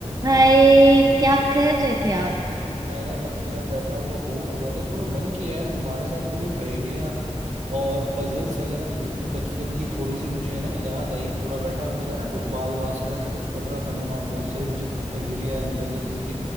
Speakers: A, on the right; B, on the right.
A: हाय क्या कर रहे थे आप
B: अरे बस यार बैठा हुआ बोर हो रहा था थोड़ा मन किया है तुम्हारे साथ थोड़ी पहेलियाँ और पजल्स वगैरह पूछूं बचपन की थोड़ी सी मुझे है ना याद आई थोड़ा बैठा हुआ था ना तो बाल भास्कर ऐसा कुछ पढ़ रहा था मैं वहाँ बहुत सारी मुझे पहेलियाँ एंड पजल्स दिखे